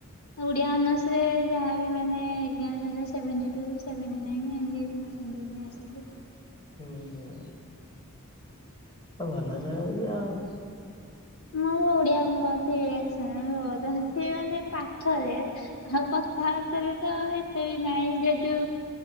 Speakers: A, on the left (about 70°); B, on the left (about 20°).
A: ଓଡିଆ ଅନର୍ସରେ ଯାହାବି ମାନେ ଏକ୍ସାମ ମୋର ସେଭେଣ୍ଟୀ ଟୁ ସେଭେଣ୍ଟି ନାଇନି ଏମିତି ପରସେଣ୍ଟେଜ୍ ଆସୁଚି।
B: ହୁଁ ହୁଁ ଆ ଭଲ ତ ଆଉଚି ଆଉ।
A: ମୋର ଓଡିଆ ଭଲସେ <unintelligible> ବୋହୁତ ସିଏ ମାନେ ପାଠରେ ଆଉ ତା ଭାତରେ ତ ଏତେ ବି ନାଇଁ ଯେହେତୁ